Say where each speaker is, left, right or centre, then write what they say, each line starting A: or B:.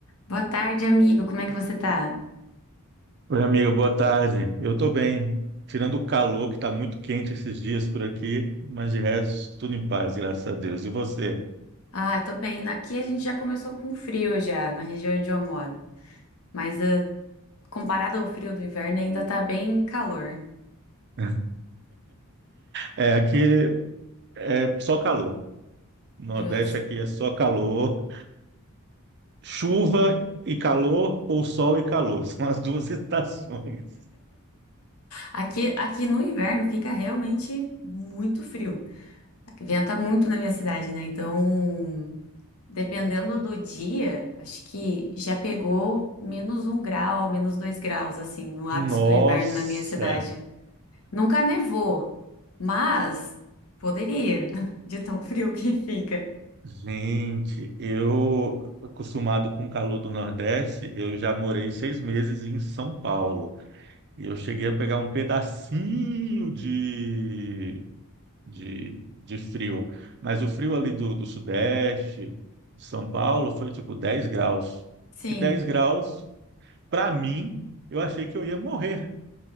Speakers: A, on the left; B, on the right.
A: Boa tarde, amigo. Como é que você tá?
B: Oi, amiga, boa tarde. Eu tô bem. Tirando o calor, que tá muito quente esses dias por aqui, mas de resto, tudo em paz, graças a Deus. E você?
A: Ah, eu tô bem. Aqui a gente já começou com frio já, na região onde eu moro. Mas ah, comparado ao frio do inverno, ainda tá bem calor.
B: <laughs> É, aqui é só calor. Nordeste
A: Justo.
B: aqui é só calor. Chuva e calor, ou sol e calor. <laughs> São as duas <laughs> estações.
A: Aqui, aqui no inverno fica realmente muito frio. Aqui Venta muito na minha cidade, né? Então, dependendo do dia, acho que já pegou menos um grau, menos dois graus, assim, no ápice
B: Nossa,
A: do inverno na minha cidade. Nunca nevou, mas poderia, <laughs> de tão frio que fica.
B: gente, eu, acostumado com o calor do Nordeste, eu já morei seis meses em São Paulo. E eu cheguei a pegar um pedacinho de, de, de frio. Mas o frio ali do, do Sudeste, de São Paulo, foi tipo 10 graus.
A: Sim,
B: E 10 graus, para mim, eu achei que eu ia morrer.